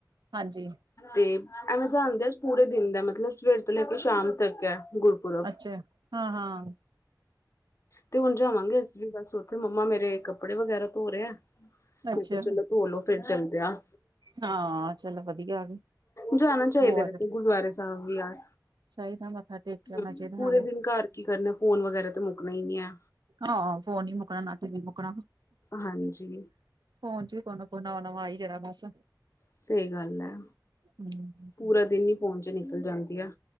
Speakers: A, on the right; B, on the left.
A: ਹਾਂਜੀ
B: ਤੇ ਐਵੇਂ ਜਾਣਦਾ ਪੂਰੇ ਦਿਨ ਦਾ ਮਤਲਬ ਸਵੇਰ ਤੋਂ ਲੈ ਕੇ ਸ਼ਾਮ ਤੱਕ ਹੈ ਗੁਰਪੁਰਬ
A: ਅੱਛਾ ਹਾਂ, ਹਾਂ
B: ਤੇ ਹੁਣ ਜਾਵਾਂਗੇ ਅਸੀਂ ਬਸ ਮੰਮਾ ਮੇਰੇ ਕੱਪੜੇ ਵਗੈਰਾ ਧੋ ਰਹੇ ਹੈ ਮੈਂ
A: ਅੱਛਾ
B: ਕਿਹਾ ਚਲੋ ਧੋਲਓ ਫਿਰ ਚਲਦੇ ਹਾਂ
A: ਹਾਂ ਚਲੋ ਵਧੀਆ ਆ ਗਏ
B: ਜਾਣਾ ਚਾਹੀਦਾ
A: ਹੋਰ
B: ਮ ਗੁਰਦੁਆਰੇ ਸਾਹਿਬ ਵੀ ਯਾਰ
A: ਚਾਹੀਦਾ ਮੱਥਾ ਟੇਕ ਕੇ ਆਉਣਾ
B: ਹਮ
A: ਚਾਹੀਦਾ
B: ਪੂਰੇ
A: ਨਾਲੇ
B: ਦਿਨ ਘਰ ਕੀ ਕਰਨਾ, ਫੋਨ ਵਗੈਰਾ ਤੇ ਮੁੱਕਣਾ ਹੀ ਨਹੀਂ ਹੈ
A: ਹਾਂ ਫੋਨ ਨੀ ਮੁੱਕਣਾ ਨਾ ਤੇ ਟੀਵੀ ਮੁੱਕਣਾ
B: ਹਾਂਜੀ
A: ਫੋਨ 'ਚ ਵੀ ਕੋਹ ਨਾ ਕੋ ਨਵਾਂ-ਨਵਾਂ ਆਈ ਜਾਣਾ, ਬਸ।
B: ਸਹੀ ਗੱਲ ਐ।
A: ਹੂੰ
B: ਪੂਰਾ ਦਿਨ ਹੀ ਫੋਨ'ਚ ਨਿਕਲ ਜਾਂਦੀ ਆ।